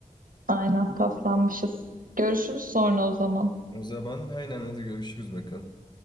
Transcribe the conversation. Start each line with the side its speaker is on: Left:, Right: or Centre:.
Right: Aynen paslanmışız. Görüşürüz sonra o zaman.
Left: O zaman aynen hadi görüşürüz bakalım.